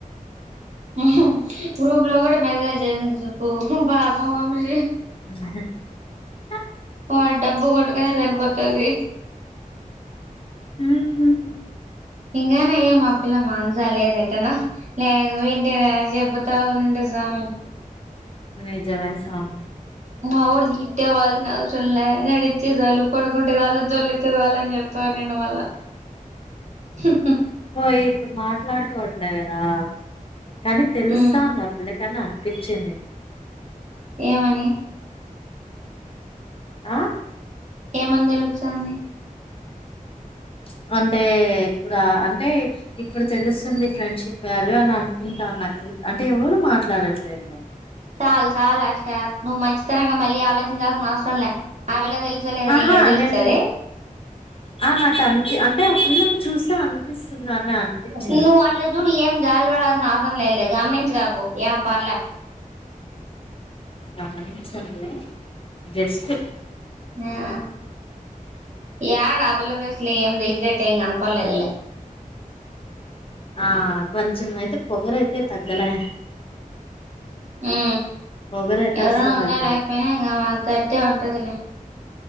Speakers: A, on the right (about 55°); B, on the left (about 40°).
A: ఉహ్హు గ్రూప్ లో గూడ మెసేజ్జేసింది సుబ్బు హు పాపమమ్మి
B: అదే <inaudible>
A: ఆ డబ్బు గొడ్కనే సరిపోతది
B: ఉమ్ హు
A: ఇంగానయం ఆ పిల్ల మానసాలేదెటనో లేకపోయుంటే చెబుతా ఉండు స్వామి
B: నిజమే సామి
A: మా వోడు హిట్టేవాల్సిన అవసరంల్లే నడితేచాలు పడుకుంటేజాలు దొల్లితే జాలు అని జెప్ తోర్నిండు మళ్ళా హుహూ
B: పోయి ఇప్పుడు మాట్లాడుకోవట్లే గదా కానీ తెలుసా
A: ఉమ్
B: ఉంది ఆ పిల్లకి కానీ అనిపించింది
A: ఏమని
B: ఆ
A: ఏమని దెలుస్తుంది
B: మ్చ్ అంటే ఇప్పుడు అంటే ఇప్పుడు తెలుస్తుంది ఫ్రెండ్షిప్ వాల్యూ అననుకుంటా అంటే ఎవరు మాట్లాడట్లేద్లే
A: చాల్ చాలాశా నువ్వు మంచితనంగా మళ్ళీ ఆలోచించాల్సిన అవరం లా అసలే తెలుస్తలే గనీ
B: ఆహా
A: యేడ తెలుస్తదే
B: నేను ఆ నాకు అనిపి అంటే ఆ పిల్లని చూస్తే అనిపిస్తుందని అనిపించింది
A: నువ్వు అట్ల జూడు ఏ జాలి పడాల్సిన అవసరం లేదులే గామనించ గాకు ఏం పర్లే
B: గమనించన్లే జస్ట్
A: ఆ యాడ ఆ పిల్ల ఫేస్లే రిగ్రెట్ ఏం గనపల్లేద్లే
B: ఆ కొంచెం అయితే పొగరయితే తగ్గలే
A: ఊ
B: పొగరయితే
A: ఎవరూ
B: అస్సలు
A: ఉన్నా
B: తగ్గలే
A: లేకపోయినా ఇంగ ఆమె అంత అట్టే ఉంటదిలే